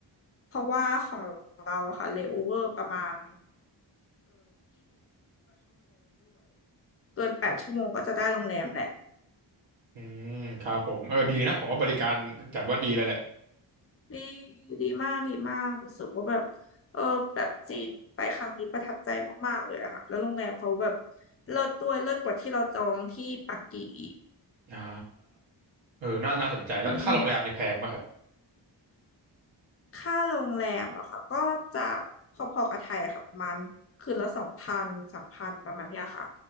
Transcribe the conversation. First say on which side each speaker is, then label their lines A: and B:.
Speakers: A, on the left; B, on the right.
A: เพราะว่าของเราอะค่ะเลโอเวอร์ประมาณเกินแปดชั่วโมงก็จะได้โรงแรมแหละ
B: อืมครับผมเออดีนะผมว่าบริการจัดว่าดีเลยแหละ
A: ดีดีมากดีมากรู้สึกว่าแบบเออแบบจีนไปครั้งนี้ประทับใจมากๆเลยอะค่ะ แล้วโรงแรมเขาแบบเลิศด้วยเลิศกว่าที่เราจองที่ปักกิ่งอีก
B: อ่าเออน่าน่าสนใจแล้วค่าโรงแรมนี่แพงป่ะครับ
A: อืม ค่าโรงแรมอะค่ะก็จะพอๆกับไทยอะค่ะประมาณคืนละสองพันสามพันประมาณเนี้ยค่ะ